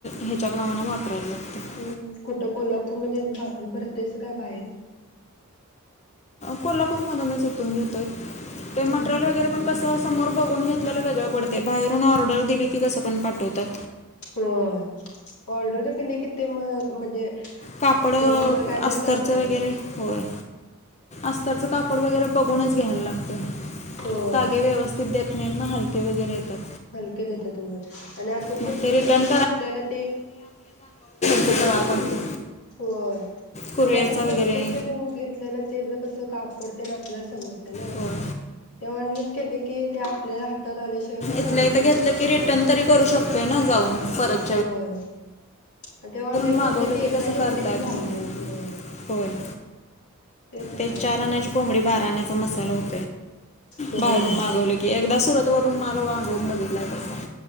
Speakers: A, on the left (about 30°); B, on the left (about 90°).
A: ह्याच्याप्रमाणे वापरायला लागतं
B: हम्म हम्म कुठं कोल्हापूरमध्ये भरतेसा, का बाहेर?
A: कोल्हापूर मधूनच इथून घेतोय. ते
B: हम्म
A: मटेरियल
B: हम्म
A: वगैरे पण कसं समोर बघून घेतलेलं वेगळं पडते बाहेरून ऑर्डर दिली की कसं पण पाठवतात.
B: होय ऑर्डर तर दिली कि ते म म्हणजे
A: कापड अ
B: दोन नंबर कायतरी
A: अस्तरच
B: करतातच
A: वगैरे होय अस्तरचं कापड पड वगैरे बघूनच घ्यायला लागतं.
B: होय
A: धागे व्यवस्थित देत् ना हलके वगैरे येतात.
B: हलके देतात होय आणि आपण
A: मग
B: प्रत्यक्ष
A: ते रिटर्न
B: जाऊन घेतलेलं ते
A: वेगळा पडतो.
B: होय
A: कुरिअरचा
B: आणि आपण प्रत्यक्ष
A: वगैरे
B: घेऊन घेतलेला ते ज कसं कापड त्यानी आपल्याला समजते ना
A: होय.
B: ते ऑनलाईन केले की आपल्याला आल्याशिवाय काय समजत
A: इथल्या इथ
B: नाही
A: घेतलं
B: ते कसं
A: की
B: आहे
A: रिटर्न
B: ते
A: तरी करू शकतोय ना जाऊन परत
B: होय आणि ते ऑनलाईन
A: मागवलं
B: घेतले की एकदा
A: तसं
B: घेतले
A: करता
B: की
A: येत
B: झालं
A: नाही.
B: होय.
A: होय.
B: तर
A: ते
B: आहेच
A: चार
B: होय
A: आण्याची कोंबडी बारा आण्याचा मसाला होत
B: होय
A: बाहेरून मागवली की, एकदा सुरतवरून पण मला <inaudible> बघितलाय तसं